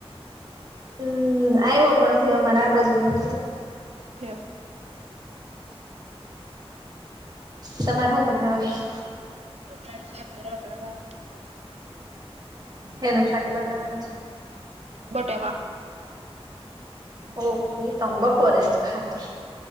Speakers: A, on the right; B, on the right.
A: હમ્મ, આયવો પણ હજી અમારે આ બાજુ નથી આયવો
B: ઠેક
A: તમારે હું બનાવાનું છે?
B: અમાર શાકને રોટલા <unintelligible>
A: હેનું શાક બનાવવાનું છે?
B: બટેકા
A: ઓહો! ઈ તો અમ બપોરે જ ખાધું.